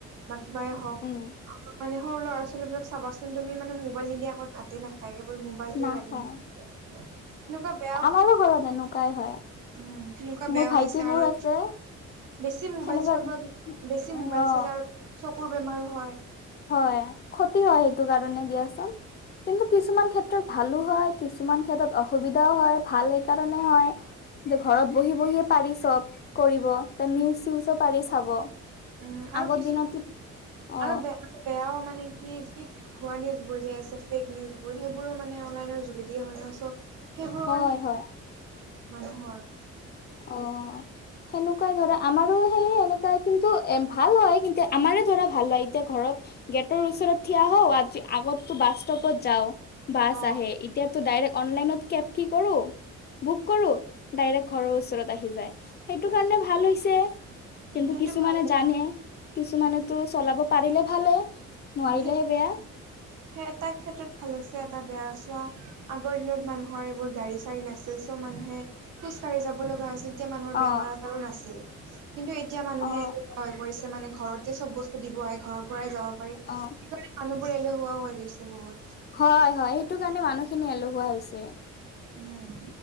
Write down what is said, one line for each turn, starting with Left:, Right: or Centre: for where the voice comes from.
Right: বা কিবাই হওঁক।
Left: উম
Right: আৰু মানে সৰু ল'ৰা ছোৱালীবিলাক চাবাচোন তুমি মোবাইল নিদিয়া ভাতে নাখায় কেৱল মোবাইলটোৱে
Left: নাখায়
Right: লাগে। এনেকুৱা বেয়াও
Left: তোমাৰো ঘৰত এনেকুৱাই হয়।
Right: উম, সেনেকুৱা
Left: মোৰ
Right: বেয়া
Left: ভাইটি
Right: হৈছে আৰু
Left: বোৰ আছে
Right: বেছি মোবাইল
Left: সেনেকুৱা
Right: চোৱাৰ ফলত বেছি
Left: উম
Right: মোবাইল
Left: অ
Right: চালে আৰু চকুৰ বেমাৰো হয়।
Left: হয়, ক্ষতি হয় সেইটো কাৰণে দিয়াচোন। কিন্তু কিছুমান ক্ষেত্ৰত ভালো হয় কিছুমান ক্ষেত্ৰত অসুবিধাও হয়। ভাল সেই কাৰণে হয় যে ঘৰত বহি বহিয়ে পাৰি চব কৰিব নিউজ চউজো পাৰি চাব।
Right: উম, আৰু
Left: আগৰ
Right: কিছু
Left: দিনতো অ
Right: আৰু বে-বেয়াও মানে কি কি ভোৱা নিউজবোৰ যে আছে ফেক নিউজবোৰ সেইবোৰো মানে অনলাইনৰ যোগেদিয়ে হয় ন। চ' সেইবোৰ
Left: হয়
Right: মানে
Left: হয়
Right: মানুহৰ
Left: অ'। সেনেকুৱাই ধৰা আমাৰো সেই সেনেকুৱা কিন্তু এ ভাল হয় কিন্তু আমাৰে ধৰা ভাল হয়। এতিয়া ঘৰত গেটৰ ওচৰত থিয়া হওঁ আ-আগতো বাছ ষ্ট'পত যাওঁ বাছ
Right: অ
Left: আহে। এতিয়াতো ডাইৰেক্ট অনলাইনত কেব কি কৰো বুক কৰো ডাইৰেক্ট ঘৰৰ ওচ ওচৰত আহি যায় সেইটো কাৰণে ভাল হৈছে। কিন্তু
Right: সেইটো
Left: কিছুমানে
Right: ভাল
Left: জানে কিছুমানেতো চলাব পাৰিলে ভালে নোৱাৰিলেহে
Right: সেইটো
Left: বেয়া। <inaudible>
Right: সেই এটা ক্ষেত্ৰত ভাল হৈছে এটা বেয়া চোৱা আগৰ দিনত মানুহৰ এইবোৰ গাড়ী চাৰী নাছিল। ত' মানুহে খোজ কাঢ়ি যাব লগা হৈছিল। এতিয়া মানুহৰ বেমাৰ
Left: অ
Right: আজাৰো নাছিল। কিন্তু এতিয়া মানুহে
Left: অ
Right: হৈ পৰিছে মানে ঘৰতে চব বস্তু দিব আহে ঘৰৰ পৰাই যাব পাৰি।
Left: অ
Right: মানুহবোৰ এলেহুৱাও হৈ গৈছে বহুত।
Left: হয়, হয় সেইটো কাৰণে মানুহখিনি এলহুৱা হৈছে।
Right: উম।